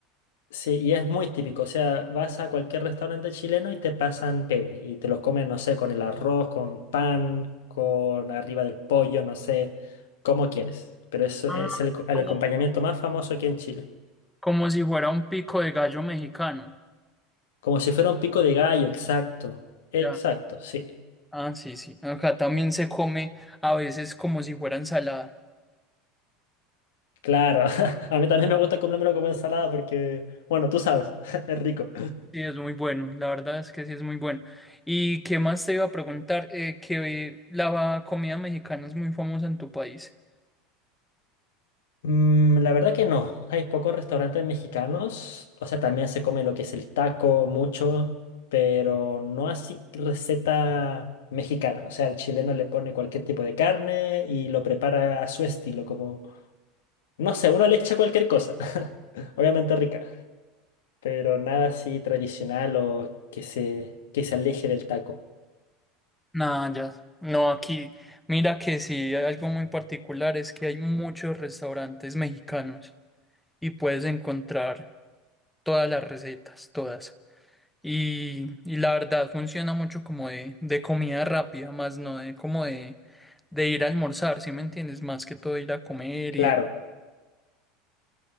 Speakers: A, on the left (about 85°); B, in the centre.
A: Sí, y es muy típico, o sea, vas a cualquier restaurante chileno y te pasan pebre y te los comen, no sé, con el arroz, con pan, con arriba del pollo, no sé, como quieres. Pero eso
B: Ah,
A: es el, el
B: como
A: acompañamiento más famoso aquí en Chile.
B: como si fuera un pico de gallo mexicano.
A: Como si fuera un pico de gallo, exacto. Exacto,
B: Ya.
A: sí.
B: Ah, sí, sí. Acá también se come a veces como si fuera ensalada.
A: Claro. <laughs> A mí también me gusta comérmelo como ensalada porque, bueno, tú sabes, <laughs> es rico.
B: Sí, es muy bueno. La verdad es que sí es muy bueno. ¿Y qué más te iba a preguntar? Eh, que la comida mexicana es muy famosa en tu país.
A: Mm, la verdad que no. Hay pocos restaurantes mexicanos. O sea, también se come lo que es el taco, mucho, pero no así receta mexicana. O sea, el chileno le pone cualquier tipo de carne y lo prepara a su estilo, como, no sé, uno le echa cualquier cosa. <laughs> Obviamente rica. pero nada así tradicional o que se, que se aleje del taco.
B: Nada, ya. No, aquí, mira que sí, hay algo muy particular es que hay muchos restaurantes mexicanos y puedes encontrar todas las recetas, todas. Y, y la verdad funciona mucho como de, de comida rápida, más no de como de, de ir a almorzar, ¿sí me entiendes? Más que todo ir a comer
A: Claro,
B: y demás.